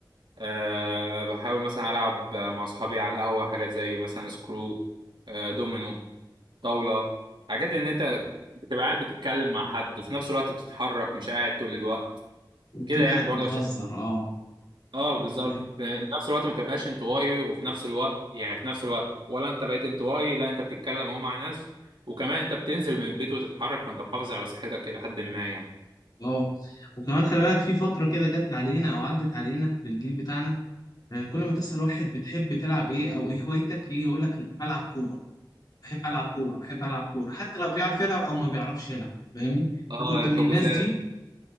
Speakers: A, on the right (about 80°); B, on the left (about 55°).
A: أه بحاول مثلا ألعب مع أصحابي على القهوة حاجات زي مثلا سكرو آه، دومينو طاولة حاجات ان انت بتبقى قاعد بتتكلم مع حد وفي نفس الوقت بتتحرك مش قاعد طول الوقت
B: وبتضحك
A: كده يعني برضه
B: وتهزر
A: عشان
B: اه
A: اه بالظبط
B: أيوه
A: في نفس الوقت ما تبقاش انطوائي وفي نفس الوقت يعني في نفس الوقت ولا انت بقيت انطوائي لا انت بتتكلم اهو مع ناس وكمان انت بتنزل من البيت وتتحرك فانت محافظ على صحتك الى حد ما يعني
B: اه وكمان خلي بالك في فترة كده جت علينا أو عدت علينا في الجيل بتاعنا آه، كل ما تسأل واحد بتحب تلعب إيه أو إيه هوايتك يجي يقول لك بلعب كورة بحب العب كوره بحب العب كوره حتى لو بيعرف يلعب او ما بيعرفش يلعب فاهمني
A: اه
B: كنت
A: الحجوزات
B: من الناس دي